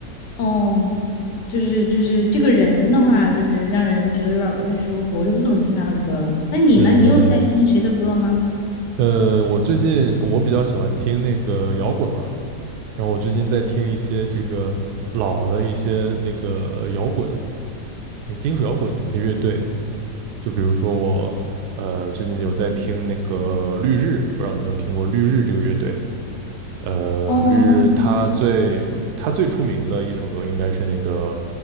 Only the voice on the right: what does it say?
嗯，
呃，我最近我比较喜欢听那个摇滚嘛，然后我最近在听一些这个老的一些那个摇滚，那个金属摇滚的一些乐队。就比如说我，呃，最近有在听那个绿日，不知道有没有听过绿日这个乐队？呃，
绿日它最它最出名的一首歌应该是那个，